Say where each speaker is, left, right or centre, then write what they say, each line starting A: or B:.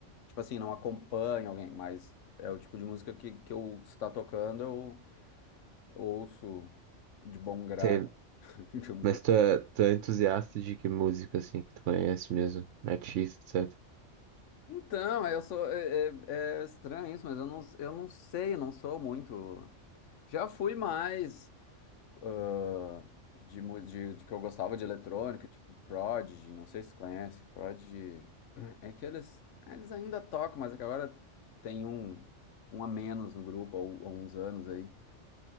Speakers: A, on the left; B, on the right.
A: tipo assim, não acompanho alguém, mas é o tipo de música que, que eu está tocando, eu ouço de bom grado,
B: sei.
A: <laughs> digamos
B: Mas
A: assim.
B: tu é, tu é entusiasta de que música, assim, que tu conhece mesmo? Artista, etc.
A: Então, eu sou, é, é- é estranho isso, mas eu não, eu não sei, eu não sou muito. Já fui mais. ah, de, mu- de, de que eu gostava de eletrônica, tipo Prodigy, não sei se tu conhece, Prodigy. <clears throat> É que eles, eles ainda tocam, mas é que agora tem um, um a menos no grupo, há u- há uns anos aí.